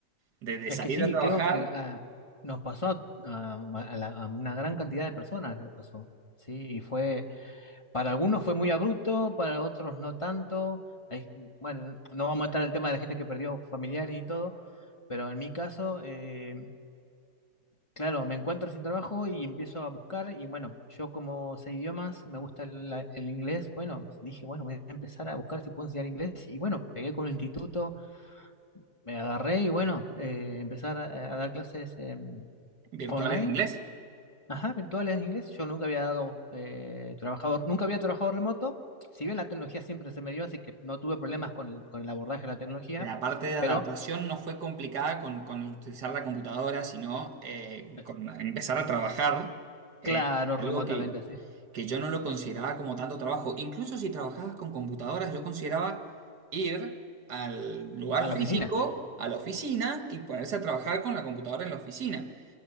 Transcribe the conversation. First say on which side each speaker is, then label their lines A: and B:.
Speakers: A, on the right; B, on the left.
A: Desde
B: Es
A: salir
B: que sí,
A: a trabajar
B: creo que ah, nos pasó a, a- a la- a una gran cantidad de personas, le pasó. Sí, y fue... Para algunos fue muy abrupto, para otros no tanto. Hay- bueno, no vamos a entrar en el tema de la gente que perdió familiares y todo, pero en mi caso, eh, claro, me encuentro sin trabajo y empiezo a buscar y bueno, yo como sé idiomas, me gusta el, la- el inglés, bueno, dije, bueno, voy a empezar a buscar si puedo enseñar inglés y bueno, pegué con un instituto, me agarré y bueno, eh, empezar a, a dar clases em,
A: virtuales
B: online
A: de inglés.
B: Ajá, virtuales en inglés. Yo nunca había dado eh, trabajador, nunca había trabajado remoto. Si bien la tecnología siempre se me dio, así que no tuve problemas con el, con el abordaje de la tecnología,
A: La parte de
B: pero
A: adaptación no fue complicada con, con utilizar la computadora, sino eh,
B: eh,
A: con empezar a trabajar, eh,
B: claro,
A: algo
B: remotamente
A: que,
B: así.
A: que yo no lo consideraba como tanto trabajo. Incluso si trabajabas con computadoras, yo consideraba ir al lugar
B: A la
A: físico,
B: oficina.
A: a la oficina, y ponerse a trabajar con la computadora en la oficina.